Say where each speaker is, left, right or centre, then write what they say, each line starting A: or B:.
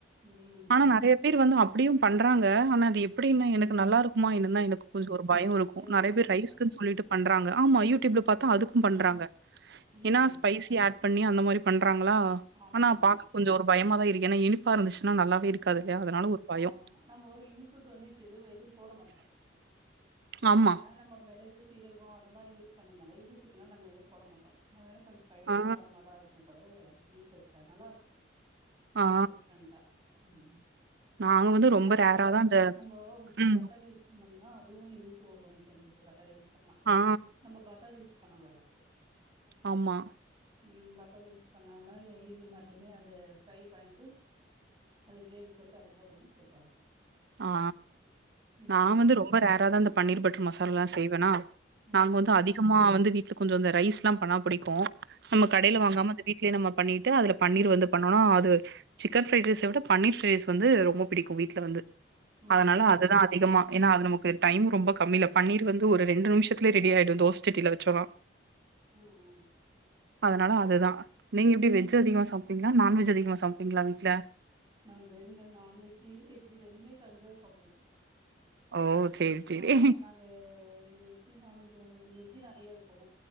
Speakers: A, on the right; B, on the right.
A: ம்
B: ஆனா நெறையா பேர் வந்து அப்படியு பண்றாங்க ஆனா அது எப்டின்ன எனக்கு நல்லா இருக்குமா என்னு தா எனக்கு கொஞ்சோ ஒரு பயம் இருக்கு
A: எது
B: நெறையா
A: ரைஸ்க்கா
B: பேர் ரைஸ்குனு சொல்லிட்டு பண்றாங்க ஆமா இருக்கு யூடூப்பில பாத்தா அதுக்கு
A: ம்
B: பண்றாங்க
A: ம்
B: ஏன்னா
A: ம்
B: ஸ்பைசி ஆட் பண்ணி அந்த மாரி பண்றாங்களா
A: ஆமா
B: ஆனா
A: ஆமா
B: பாக்க கொஞ்சோ ஒரு பயமா தான் இருக்கு ஏன்னா இனிப்பா இருந்துச்சுன்னா நல்லாவே இருக்காதுல்லையா
A: ம்
B: அதனால ஒரு பயோ
A: ஆமா நம்ம இனிப்புக்கு வந்து இப்பது எதுவு போட மாட்டோ
B: ஆமா.
A: ஏன்னா நம்ம மிளகு சீரகோ அந்த மாரி யூஸ் பண்ணதால இனிப்புக்குன்னா நம்ம எது போட மாட்டோ அதனால கொஞ்சோ பய
B: ஆ,
A: காரமாக தா இருக்கு தவிர இனிப்பு இருக்க நல்லா இருக்கு
B: ஆ.
A: அது டிஃப்ரெண்டா ம்
B: நாங்க வந்து ரொம்ப
A: அது
B: ரேரா
A: போல
B: தான் அந்த
A: சம்பவம்
B: ம்.
A: பட்டர் யூஸ் பண்ணினா அதுவு இனிப்பு வகைய சேந்தது பட்டர் யூஸ் பண்ணா
B: ஆ.
A: நம்ம பட்டர் யூஸ் பண்ணக்க கூடாது ப்போ
B: ஆமா
A: ம் பட்டர் யூஸ் பண்ண மாதிரி நெய்ல மட்டுமே அத ஃப்ரை பண்ணிட்டு அது கிரேவி பண்ணிட்டு அத போட்டோம்னா சூப்பரா இருக்கு
B: ஆ
A: ம்
B: நா வந்து ரொம்ப ரேரதா அந்த பன்னீர் பட்டர் மசாலல்லா செய்வேனா
A: ம்
B: நாங்க வந்து
A: ம்
B: அதிகமா வந்து வீட்டுல கொஞ்சோ ரைஸ் எல்லா பண்ணா பிடிக்கு நம்ம கடையில
A: ம் ம்
B: வாங்காம அத வீட்லயே நம்ம பண்ணிட்டு அதுல பண்ணீர் வந்து பண்ணொண்ணா அது சிக்கன் பிஃரைட் ரைஸ்ச விட பன்னீர் ஃப்ரைஸ் வந்து ரொம்ப பிடிக்கு வீட்டுல வந்து
A: ம் ம்
B: அதனால அதுதா அதிகமா ஏன்னா அது நமக்கு டைம் ரொம்ப கம்மீல பன்னீர் வந்து ஒரு ரெண்டு நிமுஷத்துலே ரெடி ஆயிடு தோச சட்டீல வெச்சோனா
A: ம் ம்
B: அதனால அதுதா நீங்க எப்டி வெஜ் அதிகமா சாப்புடுவீங்கங்களா நண்வெஜ் அதிகமா சமைப்பீங்களா வீ்ட்ல
A: நாங்க இங்க நான்வெஜ்ஜி வெஜ் ரெண்டுமே கலந்துதா சாப்புடுவோ
B: ஓ! சரி, சரி.
A: ஆமா நாங்க வெஜ்ஜு நான்வெஜ்ஜி வெஜ் நரையா இருக்கு